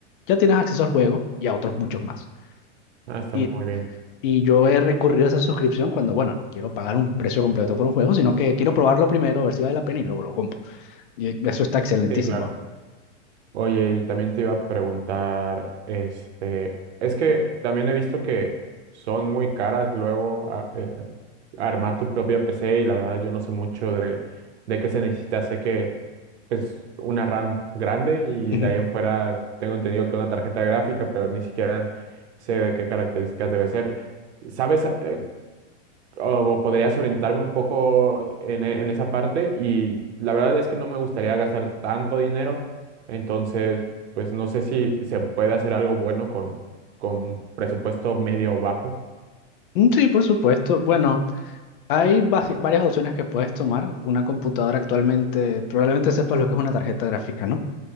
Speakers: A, on the left; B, on the right.
A: ya tienes acceso al juego y a otros muchos más.
B: Ah, está
A: Y,
B: muy bien.
A: y yo he recurrido a esa suscripción cuando, bueno, no quiero pagar un precio completo por un juego, sino que quiero probarlo primero, ver si vale la pena y luego lo compro. Y eso está excelentísimo.
B: Sí, claro. Oye, y también te iba a preguntar, este, es que también he visto que son muy caras luego a- eh, armar tu propia PC y la verdad yo no sé mucho de, de qué se necesita. Sé que es una RAM grande y
A: <laughs> Ujú.
B: de ahí en fuera tengo entendido que una tarjeta gráfica, pero ni siquiera sé de qué características debe ser. ¿Sabes? eh, o podrías orientarme un poco en, e- en esa parte y la verdad es que no me gustaría gastar tanto dinero, entonces pues no sé si se puede hacer algo bueno con, con presupuesto medio o bajo.
A: Mm, Sí, por supuesto. Bueno, hay basi- varias opciones que puedes tomar. Una computadora actualmente, probablemente sepas lo que es una tarjeta gráfica, ¿no?